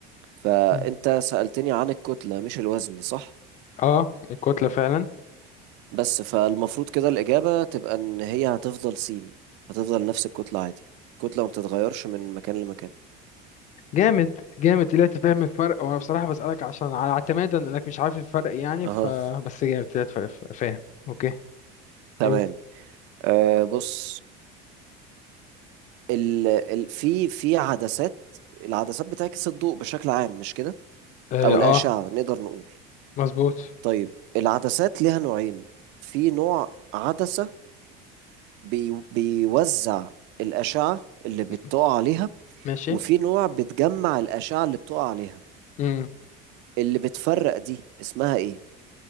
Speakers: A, on the right; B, on the left.
A: فأنت
B: مم.
A: سألتني عن الكتلة مش الوزن صح؟
B: اه الكتلة فعلا
A: بس فالمفروض كده الإجابة تبقى إن هي هتفضل سين هتفضل نفس الكتلة عادي الكتلة ما بتتغيرش من مكان لمكان
B: جامد جامد طلعت فاهم الفرق وانا بصراحة بسألك عشان على اعتمادا انك مش عارف الفرق يعني
A: أها
B: ف بس جامد طلعت فا- فا- فاهم اوكي
A: تمام
B: قول
A: أه بص ال ال في في عدسات العدسات بتعكس الضوء بشكل عام مش كده
B: اه,
A: أو الأشعة
B: آه.
A: نقدر نقول
B: مظبوط
A: طيب العدسات ليها نوعين في نوع عدسة بي بيوزع الأشعة اللي بتقع
B: م-
A: عليها
B: ماشي
A: وفي نوع بتجمع الأشعة اللي بتقع عليها
B: امم
A: اللي بتفرق دي اسمها إيه